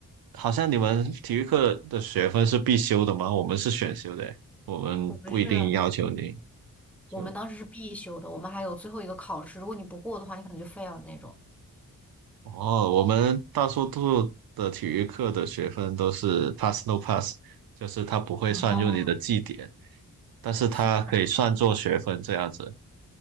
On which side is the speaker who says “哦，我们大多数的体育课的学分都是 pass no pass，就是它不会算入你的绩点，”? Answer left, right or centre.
Right